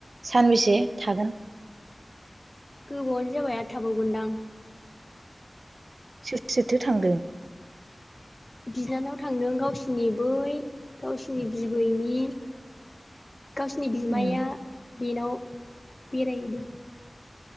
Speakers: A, on the right; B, on the left.
A: सानबेसे थागोन
B: गोबावनो जाबाय आरो थाबावगोनदां
A: सोरथो सोरथो थांदों
B: बिनानाव थांदों गावसिनि बै गावसिनि बिबैनि गावसिनि बिमाया
A: उम
B: बेनाव बेराय हैदो